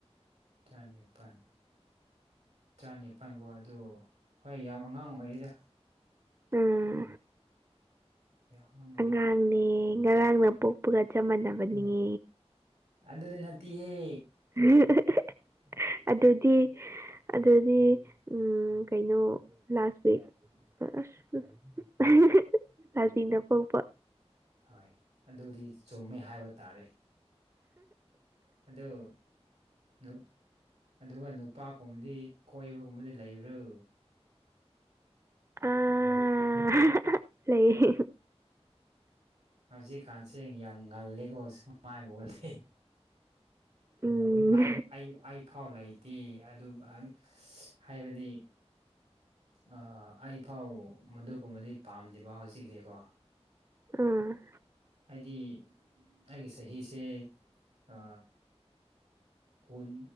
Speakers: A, on the right (about 80°); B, on the right (about 25°).
A: ꯇꯔꯥꯅꯤꯄꯟ ꯇ꯭ꯔꯥꯅꯤꯄꯥꯟ ꯀꫭ ꯑꯗꫭ ꯍꯣꯏ ꯌꯥꯝ ꯑꯉꯥꯡ ꯑꯣꯏꯔꯤꯗ
B: ꯎꯝ
A: ꯌꯥꯝ ꯑꯉꯥꯡ ꯑꯣꯏ
B: ꯑꯉꯥꯡꯅꯦ ꯉꯔꯥꯡꯅ ꯄꯣꯛꯄꯒ ꯆꯞ ꯃꯥꯟꯅꯕꯅꯦ
A: ꯑꯗꯨꯗꯤ ꯅꯠꯇꯤꯍꯦ
B: <unintelligible> ꯑꯗꯨꯗꯤ ꯑꯗꯨꯗꯤ ꯎꯝ ꯀꯩꯅꯣ ꯂꯥꯁ ꯋꯤꯛ ꯑꯁ <unintelligible> ꯂꯥꯁ ꯋꯤꯛꯇ ꯄꯣꯛꯄ
A: ꯍꯣꯏ ꯑꯗꯨꯗꯤ ꯆꯨꯝꯃꯦ ꯍꯥꯏꯕ ꯇꯥꯔꯦ ꯑꯗꫭ ꯅꯨ ꯑꯗꯨꯒ ꯅꯨ ꯄꯥ ꯒꯨꯝꯕꯗꯤ ꯀꯣꯏꯕꯒꯨꯝꯕꯗꯤ ꯂꯩꯕ꯭ꯔꫭ
B: ꯑꯥ <unintelligible> ꯂꯩꯌꯦ
A: ꯍꯧꯖꯤꯛꯀꯥꯟꯁꯦ ꯌꯥꯝ ꯉꯜꯂꯤꯀꯣ ꯁꯨꯝꯃꯥꯏꯒꯨꯝꯕꯗꯤ
B: ꯎꯝ
A: ꯑꯩ ꯑꯩ ꯑꯩ ꯐꯥꯎ ꯂꯩꯇꯦ ꯑꯗꯨ ꯑ ꯍꯥꯏꯕꯗꯤ ꯑ ꯑꯩꯐꯥꯎ ꯃꯗꯨꯒꯨꯝꯕꯗꯤ ꯄꯥꯝꯗꯦꯕ ꯍꯧꯖꯤꯛꯁꯦꯀꯣ
B: ꯎꯝ
A: ꯑꯩꯗꯤ ꯑꯩꯒꯤ ꯆꯍꯤꯁꯦ ꯑ ꯀꯨꯟ